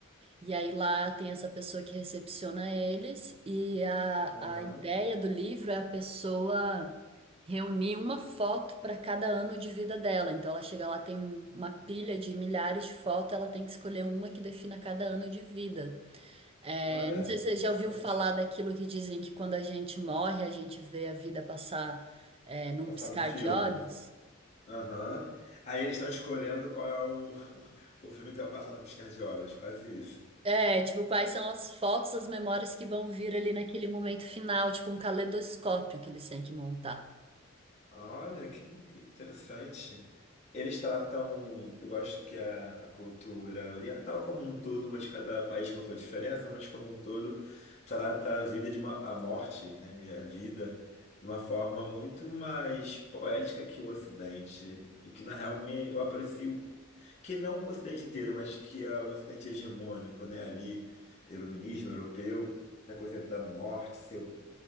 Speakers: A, on the right (about 30°); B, on the left (about 35°).
A: E aí lá tem essa pessoa que recepciona eles, e a,
B: Aham,
A: a ideia do livro é a pessoa reunir uma foto para cada ano de vida dela. Então ela chega lá, tem um- uma pilha de milhares de fotos, ela tem que escolher uma que defina cada ano de vida. É,
B: Olha,
A: não sei se você
B: interessante.
A: já ouviu falar daquilo que dizem que quando a gente morre, a gente vê a vida passar, é, num
B: Passar
A: piscar
B: num filme.
A: de olhos.
B: Aham. Aí eles estão escolhendo qual é o, <laughs> o filme que vai passar no piscar de olhos, quase isso.
A: É, tipo, quais são as fotos, as memórias que vão vir ali naquele momento final, tipo um caleidoscópio que eles têm que montar.
B: Olha, que, que interessante. Eles tratam, eu gosto que a, a cultura oriental como um todo, mas cada país com sua diferença, mas como um todo, trata a vida de uma, a morte, né, e a vida de uma forma muito mais poética que o Ocidente, e que na real me, eu aprecio que não o Ocidente inteiro, mas que é o Ocidente hegemônico, né? Ali, iluminismo europeu, essa coisa da morte, seu